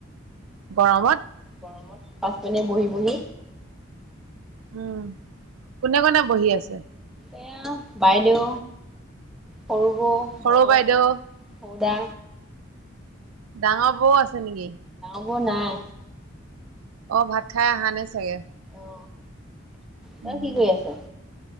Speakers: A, on the right (about 90°); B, in the centre.
A: গৰমত
B: গৰমত পাচ পিনে বহি, বহি
A: উম, কোনে, কোনে বহি আছে?
B: এয়া বাইদেউ, সৰুবৌ,
A: সৰু
B: মই
A: বাইদেউ
B: দা
A: ডাঙৰ বৌও আছে নেকি?
B: বও নাই।
A: ভাত খাই আহা নে চাগে।
B: অ, তই
A: উম
B: কি কৰি আছ?